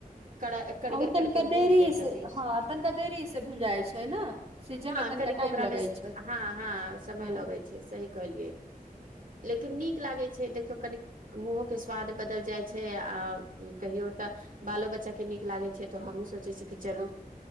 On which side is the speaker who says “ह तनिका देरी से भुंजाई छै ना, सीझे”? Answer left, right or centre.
Right